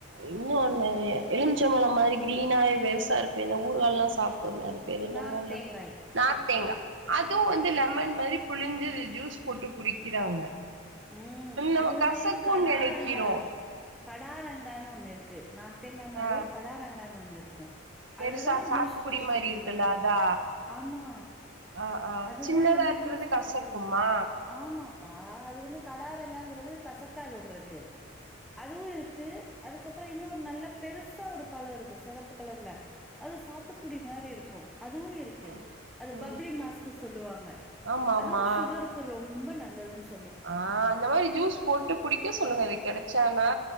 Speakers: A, on the right (about 65°); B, in the centre.
A: இன்னொன்னு எலுமிச்சம்பழோ மாரி கிரீனாே பெருசா இருக்குமே இந்த ஊருகால்லா சாப்பிடுவோமே பேரு என்னமோல்ல
B: நார்த்தேங்காய்
A: நார்த்தேங்கா அதுவும் வந்து லெமன் மாரி புழிஞ்சு ஜூஸ் போட்டு குடிக்கிறாங்க
B: ம்
A: நம்ம
B: அது வந்து
A: கசக்குன்னு
B: கடாரங்கா
A: நெனைக்கிறோ
B: கடா ரங்கான்னு ஒண்ணு இருக்கு நார்த்தங்கா மாரியே
A: ஆ
B: கடா ரங்கான்னு ஒண்ணு இருக்கும்
A: பெருசா
B: அததான்
A: சாத்துக்குடி
B: ஜூஸ் போட்டு
A: மாரி
B: சாப்பிட்டு
A: இருக்குல்ல
B: பறிப்பாங்க
A: அதா
B: ஆமா
A: ஆ ஆ
B: அதுதா
A: சின்னதா
B: வந்து
A: இருக்கிறது
B: ஜூஸ் போட்டு
A: கசக்குமா
B: சொல்லுவன் ஆமாப்பா அது வந்து கடாரங்காங்கிறது கசக்காது உங்களுக்கு அதுவும் இருக்கு அதுக்கப்பறோ இன்னொரு நல்ல பெருசா ஒரு பழம் இருக்கும் சிகப்பு கலர்ல அது சாத்துக்குடி மாதிரி இருக்கும் அதுவும் இருக் இருக்கு
A: ம்
B: அது
A: ம்
B: பப்ளி மாஸ் சொல்லுவாங்க
A: ஆமா
B: அதுவும்
A: ஆமா
B: சுகருக்கு ரொம்ப நல்லதுன்னு சொ
A: ஆ அந்த மாரி ஜூஸ் போட்டு குடிக்க சொல்லுங்க அது கெடைச்சானா